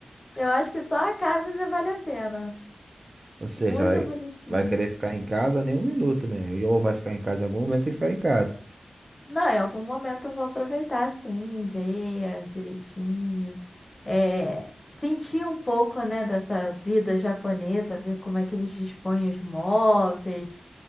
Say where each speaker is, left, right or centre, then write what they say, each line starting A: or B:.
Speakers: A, on the left (about 40°); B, on the right (about 45°).
A: Eu acho que só a casa já vale a pena.
B: Ou seja,
A: Muito
B: vai,
A: bonitinha.
B: vai querer ficar em casa nem um minuto, né? Ou vai ficar em casa em algum momento e ficar em casa.
A: Não, em algum momento eu vou aproveitar sim, ver direitinho, é, sentir um pouco, né, dessa vida japonesa, ver como é que eles dispõem os móveis,